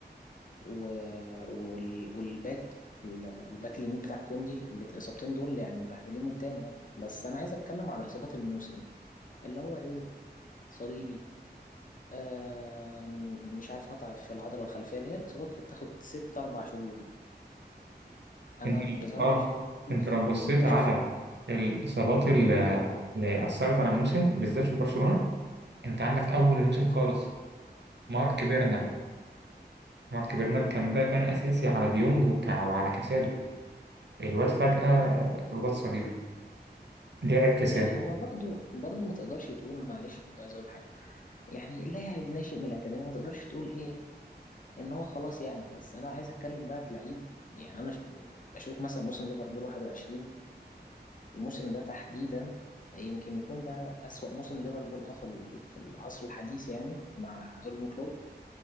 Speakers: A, on the left; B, on the right.
A: و... وال... والباك ال- الباك اليمين بتاع كوندي اللي الاصابتين دول يعني مبهدلين الدنيا بس انا عايز اتكلم على اصابات الموسم اللي هو ايه صليبي آم، مش عارف قطع في العضلة الخلفية اللي هي الاصابات اللي بتاخد ست اربع شهور دي انا
B: انت
A: بصراحة
B: اه
A: بشوف
B: انت لو بصيت
A: بشوف
B: على الاصابات اللي اللي اثرت على الموسم بالذات في برشلونه انت عندك اول الموسم خالص مارك بيرنا مارك برنر كان ده كان أساسي على ديونج وكا- وعلى كاسادو الواد فجأة رباط صليبي لعب كاسادو
A: يعني هو برضو برضو ما تقدرش تقول معلش برضو عايز اقول حاجه يعني اللاعب ناشئ من الاكاديميه ما تقدرش تقول ايه ان هو خلاص يعني بس انا عايز اتكلم بقى في لعيب يعني انا ش- بشوف مثلا موسم ليفربول 21 الموسم ده تحديدا يمكن يكون ده اسوأ موسم ليفربول اه في ال- في العصر الحديث يعني مع يورجن كلوب